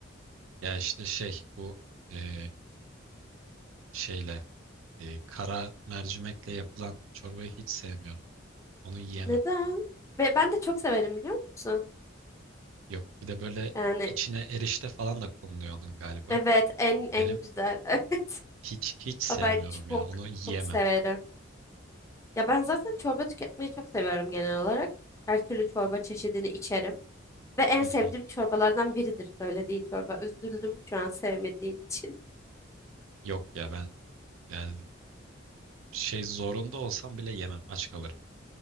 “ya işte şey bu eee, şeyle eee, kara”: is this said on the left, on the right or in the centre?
Right